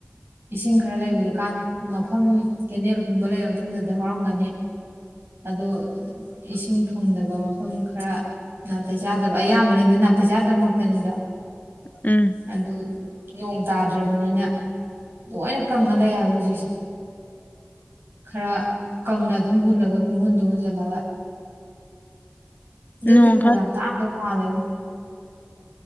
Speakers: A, on the right; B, on the left.
A: ꯏꯁꯤꯡ ꯈꯔ ꯂꯩꯕꯗꯨꯀꯥꯟ ꯃꯐꯝ ꯀꯦꯅꯦꯜꯒꯨꯝꯕ ꯂꯩꯕ ꯃꯐꯝꯗꯗꯤ ꯍꯧꯔꯝꯒꯅꯤ ꯑꯗꯣ ꯏꯁꯤꯡ ꯐꯪꯗꯕ ꯃꯐꯝ ꯈꯔ ꯅꯥꯇꯩ ꯆꯥꯗꯕ ꯑꯌꯥꯝꯕꯅꯗꯤ ꯅꯥꯇꯩ ꯆꯥꯗꯕ ꯉꯥꯛꯇꯅꯤꯗꯣ
B: ꯎꯝ
A: ꯑꯗꯨ ꯅꯣꯡ ꯇꯥꯗ꯭ꯔꯕꯅꯤꯅ ꯂꯣꯏꯅ ꯀꯪꯉꯥ ꯂꯩ ꯍꯥꯏꯕ ꯍꯧꯖꯤꯛꯁꯤ ꯈꯔ ꯀꯪꯅ ꯑꯗꯨꯝ ꯍꯨꯜꯂꯒ ꯀꯨꯡꯍꯨꯟꯗꯨ ꯍꯨꯟꯖꯜꯂꯒ ꯍꯟꯗꯛꯇꯤ
B: ꯅꯣꯡ
A: ꯐꯧ
B: ꯈꯔ
A: ꯌꯥꯝ ꯇꯥꯡꯗꯧ ꯃꯥꯜꯂꯦꯕꯨ